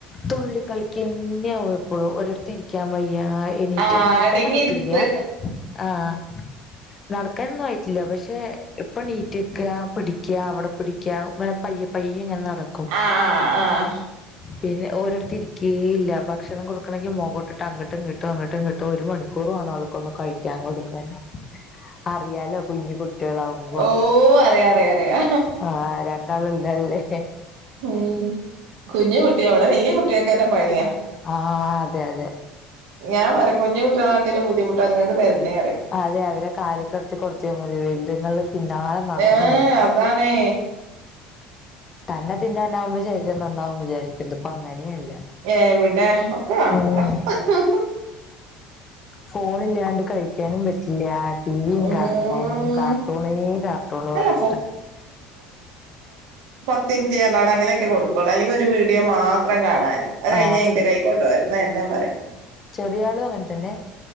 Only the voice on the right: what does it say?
ആഹ്
അടങ്ങിയിരുത്ത്
ആഹ ആ ആഹ
ഓ അറിയാ അറിയാ അറിയാ
ഉം കുഞ്ഞു കുട്ടിയാ ഇവടെ വെല്ല്യ കുട്ട്യേക്കനെ പണിയാ.
ഞാൻ വരക്കുഞ്ഞ കുട്ടനാട്ടിലും ബുദ്ധിമുട്ട്ങ്ങക്ക് തരഞ്ഞററി
ഏഹ്
അതാണേ
എവിടെ ഒക്കെ കണക്ക
ഹ് ഹ്.
ഉം
അല്ല
പത്ത്മിൻറ്റ് പർനാടെ അങ്ങനെക്കെ കൊടുക്കൊള്ളൂ അല്ലെങ്ക ഒരു വീടിയോ മാത്രം കാണാന് അത്
കൈഞ്ഞ ഇന്റെ കൈ- കൊണ്ടോര്ന്ന എല്ലാം പറയും.